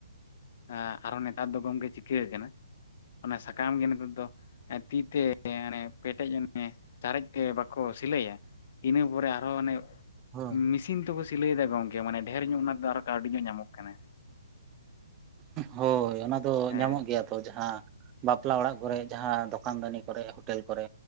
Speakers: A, on the left; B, on the right.
A: ᱟᱸᱜ, ᱟᱨ ᱦᱚᱸ ᱱᱮᱛᱟᱨ ᱫᱚ ᱜᱚᱝᱠᱮ ᱪᱤᱠᱟᱹ ᱠᱟᱱᱟ ᱚᱱᱟ ᱥᱟᱠᱟᱢ ᱜᱮ ᱱᱤᱛᱚᱜ ᱫᱚ, ᱛᱤ ᱛᱮ ᱚᱱᱮ ᱯᱮᱴᱮᱡ ᱢᱮ ᱛᱟᱨᱮᱡ ᱛᱮ ᱵᱟᱠᱚ ᱥᱤᱞᱟᱹ ᱭᱟ, ᱤᱱᱟᱹ ᱯᱚᱨᱮ ᱟᱨᱦᱚᱸ ᱟᱱᱮ,
B: ᱦᱳᱭ
A: ᱢᱤᱥ ᱡᱛᱩ <unintelligible> ᱠᱚ ᱥᱤᱞᱟᱹᱭᱮᱫᱟ ᱜᱚᱝᱠᱮ ᱢᱟᱱᱮ ᱰᱷᱮᱨ ᱧᱚᱜ ᱚᱱᱟ ᱫᱚ ᱟᱨᱚ ᱠᱟᱹᱣᱰᱤ ᱧᱚᱜ ᱧᱟᱢᱚᱜ ᱠᱟᱱᱟ
B: ᱦᱳᱭ, ᱚᱱᱟ ᱫᱚ,
A: ᱦᱮᱸ
B: ᱧᱟᱢᱚᱜ ᱜᱮᱭᱟ ᱛᱚ ᱡᱟᱦᱟᱸ ᱵᱟᱯᱞᱟ ᱚᱲᱟᱜ ᱠᱚᱨᱮ ᱡᱟᱦᱟᱸ ᱫᱚᱠᱟᱱ ᱫᱟᱱᱤ ᱠᱚᱨᱮ ᱦᱳᱴᱮᱞ ᱠᱚᱨᱮ